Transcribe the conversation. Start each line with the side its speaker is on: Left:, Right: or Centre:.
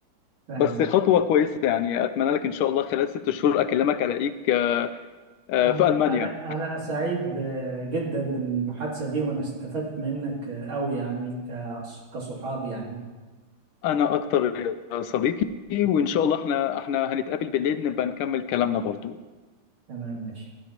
Right: فاهم
Left: بس خطوه كويسه يعني اتمنى لك ان شاء الله خلال ست شهور اكلمك الاقيك آه، آه،
Right: انا
Left: في المانيا
Right: انا انا سعيد آه، جدا بالمحادثة دي وانا استفدت منك آه، قوي يعني ك- كصحاب يعني
Left: انا اكتر يا صديقي وان شاء الله احنا احنا هنتقابل بالليل نبقى نكمل كلامنا برضو
Right: تمام ماشي